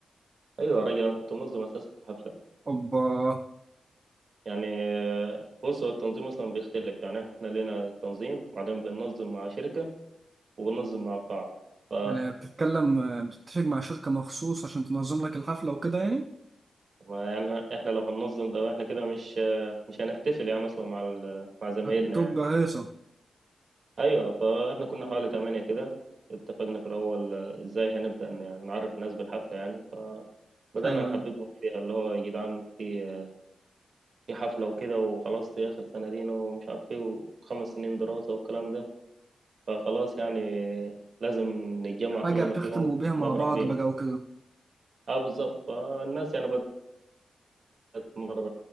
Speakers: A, on the right; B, on the right.
A: أيوة يا راجل أنا كنت منظم أساسا في الحفلة
B: أوبا
A: يعني بص هو التنظيم أصلا بيختلف يعني إحنا لينا تنظيم بعدين بننظم مع شركة وبننظم مع بعض ف
B: يعني بتتكلم بتتفق مع شركة مخصوص عشان تنظم لك الحفلة وكده يعني
A: ما يعني احنا لو هننظم ده احنا كده مش مش هنحتفل يعني اصلا مع ال... مع زمايلنا
B: هتبقى
A: يعني
B: هيصة
A: ايوه فاحنا كنا حوالي تمانية كده اتفقنا في الاول آه، ازاي هنبدا ن- نعرف الناس بالحفله يعني فبدانا
B: أيوه
A: نحببهم
B: أيوه
A: فيها اللي هو يا جدعان في آه، في حفله وكده وخلاص دي اخر سنه لينا ومش عارف ايه وخمس سنين دراسه والكلام ده فخلاص يعني لازم نتجمع
B: حاجة
A: كلنا
B: بتختموا
A: في يوم
B: بيها
A: نفرح
B: مع بعض
A: بيه
B: بقى وكده
A: اه بالظبط فالناس يعني مرة